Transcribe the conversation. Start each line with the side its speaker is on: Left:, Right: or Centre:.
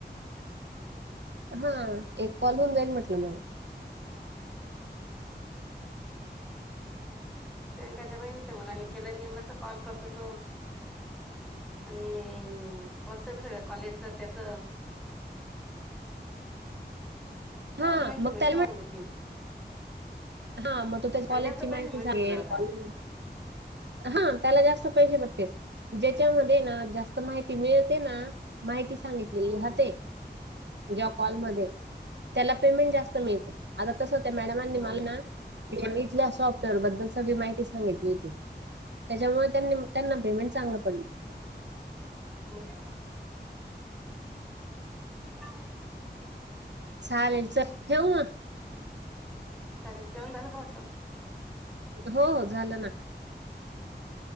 Centre: हम्म
Right: हा एक कॉल होऊन जाईल म्हटलं मग
Centre: प्रियांकाच्या बहिणीच्या मुलानी केला बी मस्त कॉल करतो तो आणि बोलतो बी सगळं कॉलेजच त्याचं चांगली
Right: हा
Centre: माहिती
Right: मग
Centre: मिळते
Right: त्याला
Centre: ना
Right: म्हण
Centre: उलट ती
Right: हा मग तो त्या
Centre: त्याला
Right: कॉलेजची
Centre: जास्त पैसे
Right: माहिती
Centre: मिळतील
Right: सांगेल
Centre: उलट आता
Right: <unintelligible> हा त्याला जास्त पैशे भेटतेत ज्याच्यामध्येय ना जास्त माहिती मिळते ना माहिती सांगितलेली
Centre: हम्म
Right: राहते ज्या कॉलमध्ये
Centre: हम्म
Right: त्याला पेमेंट जास्त मिळतं आता तसं त्या मॅडमांनी
Centre: हम्म
Right: मला ना मी इथल्या सॉफ्टवेअर बद्दल सगळी माहिती सांगितली होती त्याच्यामुळं त्यांनी त्यांना पेमेंट चांगलं पडलं
Centre: हं
Right: ह <inaudible>
Centre: पाहीन <unintelligible> <inaudible>
Right: चालेल चल ठेवू मग?
Centre: चालेल जेवण झालं का म्हटलं?
Right: हो हो झालं ना